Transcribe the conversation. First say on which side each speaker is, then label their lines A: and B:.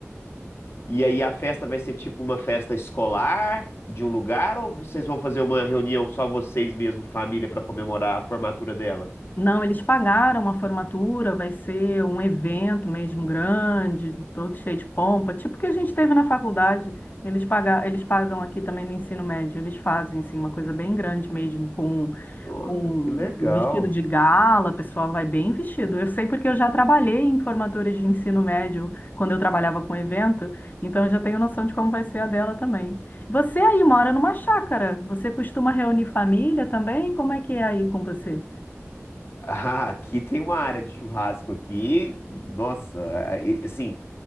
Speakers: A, on the left; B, on the left.
A: E aí a festa vai ser tipo uma festa escolar de um lugar ou vocês vão fazer uma reunião só vocês mesmo, família, para comemorar a formatura dela?
B: Não, eles pagaram a formatura, vai ser um evento mesmo grande, todo cheio de pompa, tipo que a gente teve na faculdade. Eles pagam, eles pagam aqui também no ensino médio, eles fazem assim, uma coisa bem grande mesmo, com,
A: Nossa,
B: com
A: que legal.
B: o vestido de gala, o pessoal vai bem vestido. Eu sei porque eu já trabalhei em formaturas de ensino médio quando eu trabalhava com evento, então eu já tenho noção de como vai ser a dela também. Você aí mora numa chácara, você costuma reunir família também? Como é que é aí com você?
A: Ah, aqui tem uma área de churrasco aqui. Nossa, aí, assim,